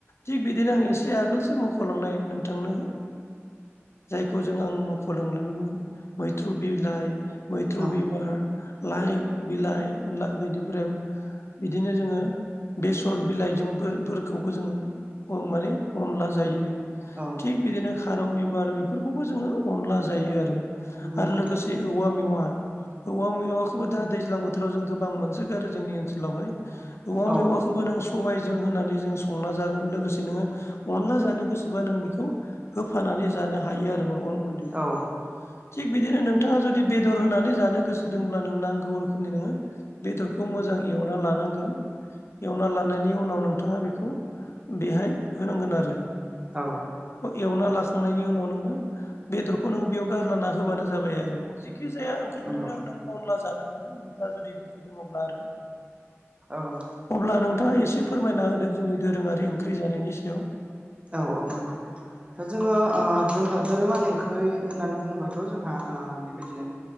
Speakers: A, on the left; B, on the right.
A: थिग बिदिनो आं एसे आगोलसो मख'लांनाय नोंथांनो जायखौ जों आं मख'लांलोंदोंमोन मैथ्रु बिलाइ मैथ्रु
B: औ
A: बिबार लाइ बिलाइ बेनिफ्राय बिदिनो जोङो बेसर बिलाइजोंफोरखौबो जोङो माने अनला जायो।
B: औ
A: थिग बिदिनो खारं बिबार बेफोरखौबो जोङो अनला जायो आरो।
B: नंगौ
A: आरो
B: नंगौ
A: लोगोसे औवा मेवा, औवा मैवाखौबो दा दैज्लां बोथोराव जों गोबां मोनसोगारो जोंनि ओनसोलावहाय। औवा
B: औ
A: मेवाखौबो नों सबाइजों होनानै जों संना जागोन लोगोसे नोङो अनला जानो गोसोबा नों बेखौ होफानानै जानो हायो आरो नों अन गुन्दैखौ।
B: औ
A: थिग बिदिनो नोंथाङा जुदि बेदर होनानै जानो गोसो दंब्ला नों नांगौ रोखोमनि नोङो बेदरखौ मोजां एवना लानांगोन। एवना लानायनि उनाव नोंथाङा बेखौ बेहाय होनांगोन आरो।
B: औ।
A: एवना लाखांनायनि उनाव नोङो बेदरखौ नोङो बेयाव गार्लाना होबानो जाबाय आरो। नों जिखि जाया ओंख्रि
B: नंगौ
A: बिदिनो नों अनला जानो हागोन नोंथाङा जुदि गोसो दङब्ला आरो
B: औ
A: अब्ला नोंथाङा एसे फोरमायना होदों जोंनि दोरोङारि ओंख्रि जानायनि सायाव।
B: औ औ नोंथां। जोङो जोङो धोरोमारि ओंख्रि होननानै बुङोबाथ' जोंहा आ बे बायदिनो